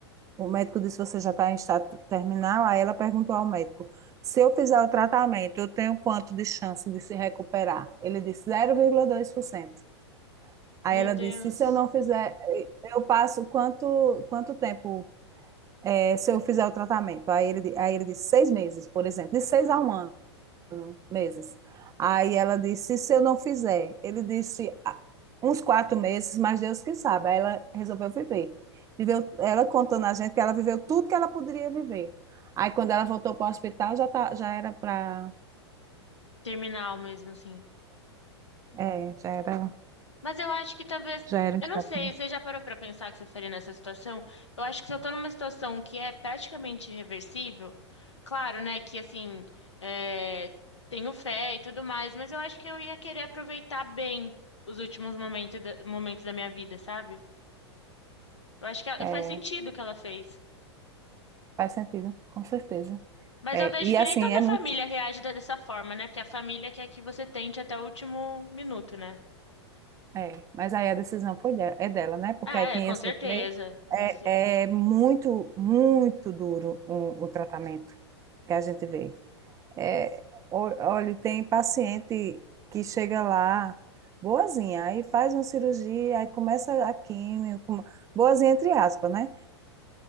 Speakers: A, on the right; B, on the left.
A: O médico disse: Você já está em estado terminal? Aí ela perguntou ao médico: Se eu fizer o tratamento, eu tenho quanto de chance de se recuperar? Ele disse: zero vírgula dois por cento Aí
B: meu
A: ela
B: Deus,
A: disse, se eu não fizer, eu passo quanto, quanto tempo é, se eu fizer o tratamento? Aí ele, di- aí ele disse, seis meses, por exemplo, de seis a um ano, meses. Aí ela disse, se eu não fizer? Ele disse, "Ah, uns quatro meses, mas Deus que sabe. Aí ela resolveu viver. Viveu, ela contando a gente que ela viveu tudo que ela poderia viver. Aí quando ela voltou para o hospital, já, tá, já era para...
B: terminal mesmo, assim.
A: É, já era,
B: Mas eu acho que talvez,
A: já era... estável.
B: eu não sei, você já parou pra pensar o que você faria nessa situação? Eu acho que se eu tô numa situação que é praticamente irreversível, claro, né, que assim, é, tenho fé e tudo mais, mas eu acho que eu ia querer aproveitar bem os últimos momentos da, momentos da minha vida, sabe? Eu acho que ela-
A: É,
B: faz sentido o que ela fez.
A: faz sentido, com certeza.
B: Mas
A: É,
B: eu vejo
A: e
B: que
A: assim,
B: nem toda
A: é muito
B: família reage de- dessa forma, né? Porque a família quer que você tente até o último minuto, né?
A: É, mas aí a decisão foi dela, é dela, né? Porque
B: Ah,
A: aí quem
B: é, com
A: ia sofrer
B: certeza. Tem
A: é,
B: que ser.
A: é muito, muito duro o, o tratamento que a gente vê. É, o- olha, tem paciente que chega lá boazinha, aí faz uma cirurgia, aí começa a químio, com- boazinha entre aspas, né?